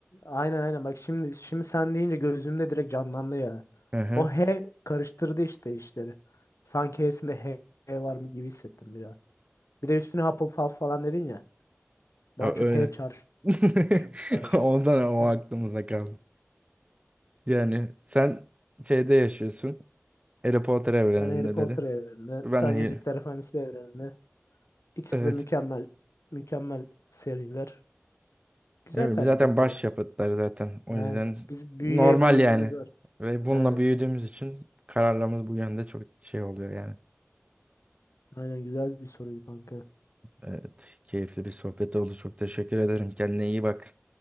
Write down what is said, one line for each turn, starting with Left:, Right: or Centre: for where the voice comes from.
Left: Aynen aynen. Bak şimdi şimdi sen deyince gözümde direkt canlandı ya.
Right: Hı hı.
Left: O H karıştırdı işte işleri. Sanki hepsinde H H var mı gibi hissettim biraz. Bir de üstüne Hufflepuff falan dedin ya. Daha
Right: Ya
Left: çok
Right: Öyle.
Left: H çağrıştı.
Right: <laughs>
Left: çağrıştı.
Right: Ondan o
Left: Hı.
Right: aklımıza kaldı. Yani sen şeyde yaşıyorsun. Harry Potter evreninde
Left: Ben Harry Potter
Right: dedi.
Left: evreninde,
Right: Ben
Left: sen Yüzükler
Right: de
Left: Efendisi evreninde. İkisi
Right: evet.
Left: de mükemmel, mükemmel seriler. Güzel
Right: Ne bileyim,
Left: tercih
Right: zaten
Left: bence
Right: başyapıtlar
Left: ya.
Right: zaten. O
Left: Yani
Right: yüzden
Left: biz büyüye
Right: normal
Left: bir ilgimiz
Right: yani.
Left: var.
Right: Ve bununla
Left: Aynen.
Right: büyüdüğümüz için kararlarımız bu yönde çok şey oluyor yani.
Left: Aynen güzel bir soruydu kanka.
Right: Evet, keyifli bir sohbet oldu. Çok teşekkür ederim. Kendine iyi bak.